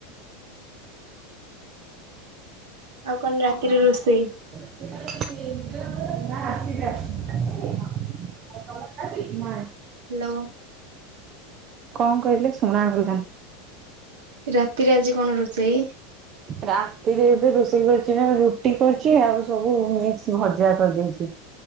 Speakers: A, on the right; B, on the right.
A: ଆଉ କଣ ରାତିରେ ରୋଷେଇ
B: <unintelligible> <unintelligible>
A: ହାଲୋ।
B: କଁ କହିଲେ ଶୁଣା ଗଲାଣି?
A: ରାତି ରେ ଆଜି କଣ ରୋଷେଇ?
B: ରାତିରେ ଏବେ ରୋଷେଇ କରଛି ବା ରୁଟି କରିଛି ଆଉ ସବୁ ମିକ୍ସ ଭଜା କରି ଦେଇଛି।